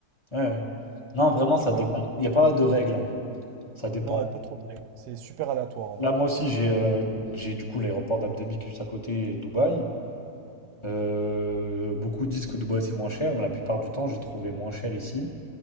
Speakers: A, on the left; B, on the right.
A: Ouais, ouais. Non, vraiment,
B: tu
A: ça
B: vois?
A: dépend. Il n'y a pas de règle. hein. Ça dépend.
B: Non, elle pas trop dingue. C'est super aléatoire, en
A: Là,
B: vrai.
A: moi aussi, j'ai euh, j'ai du coup l'aéroport d'Abu Dhabi qui est juste à côté et Dubaï. Euh, beaucoup disent que Dubaï c'est moins cher, mais la plupart du temps, j'ai trouvé moins cher ici.